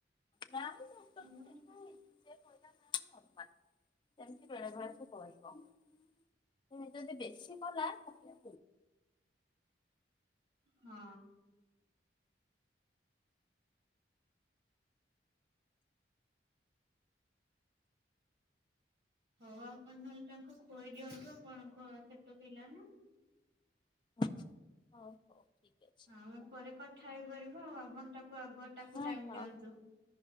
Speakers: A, on the left; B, on the right.
A: ନା ଡକ୍ଟରଙ୍କୁ
B: ହେଲା।
A: ଦେଖା ହେଇଛି, ସେ କହିଲା ନା ନର୍ମାଲ। ସେମିତି ବେଳେବେଳେ ସେ କରିବ। ନାଇଁ ଯଦି ବେଶୀ କଲା ତାହେଲେ
B: ହଁ। ହଉ ଆପଣ ନହେଲେ ତାଙ୍କୁ ଖୋଇ ଦିଅନ୍ତୁ। ଆପଣଙ୍କ ଛୋଟ ପିଲା ନା
A: ହଁ ହଉ ହଉ। ଠିକ ଅଛି
B: ଆମେ ପରେ କଥା ହେଇପାରିବା, ଆପଣ ତାକୁ ଆଗ ତାକୁ
A: ହଁ
B: ଟାଇମ
A: ହଁ
B: ଦିଅନ୍ତୁ,
A: ହଉ